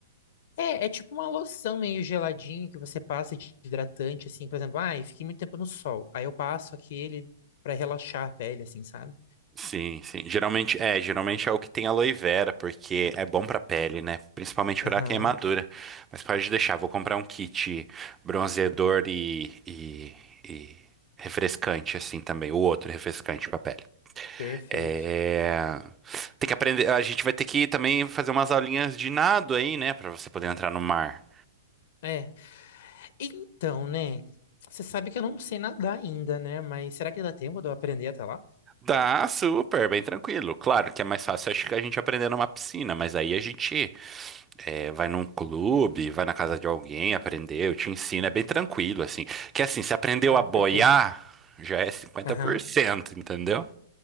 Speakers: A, on the left; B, on the right.
A: É, é tipo uma loção meio geladinha que você passa de hidratante, assim. Por exemplo, ai, fiquei muito tempo no sol. Aí eu passo aquele para relaxar a pele, assim, sabe?
B: Sim, sim. Geralmente é, geralmente é o que tem aloe vera, porque é bom pra pele, né? Principalmente
A: Aham,
B: pra queimadura. Mas pode deixar, vou comprar um kit bronzeador e, e, e refrescante assim também, o outro refrescante pra pele.
A: perfeito.
B: É... Tem que aprender, a gente vai ter que também fazer umas aulinhas de nado aí, né, Pra você poder entrar no mar.
A: É, então, né? Você sabe que eu não sei nadar ainda, né? Mas será que dá tempo de eu aprender até lá?
B: Tá super, bem tranquilo. Claro que é mais fácil, acho que a gente aprender numa piscina, mas aí a gente é, vai num clube, vai na casa de alguém, aprendeu, te ensina, é bem tranquilo, assim. Que assim, se aprendeu
A: Ah,
B: a boiar,
A: perfeito.
B: já é cinquenta
A: Aham.
B: por cento entendeu?